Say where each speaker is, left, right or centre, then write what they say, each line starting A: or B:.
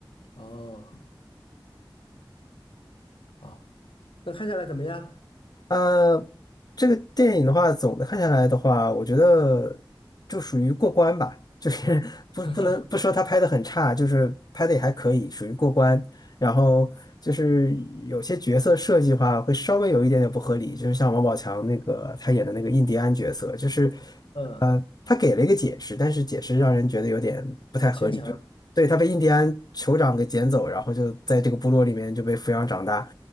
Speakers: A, on the left; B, on the left.
A: 哦，好，那看下来怎么样？
B: 呃，这个电影的话，总的看下来的话，我觉得就属于过关吧，就是 <laughs>
A: <laughs>
B: 不不能不说他拍的很差，
A: 广告，
B: 就是拍的也还可以，属于过关。然后就是有些角色设计的话，会稍微有一点点不合理，就是像王宝强那个他演的那个印第安角色，就是
A: 嗯，
B: 呃，他给了一个解释，但是解释让人觉得有点不太合理，
A: 牵强。
B: 就对他被印第安酋长给捡走，然后就在这个部落里面就被抚养长大。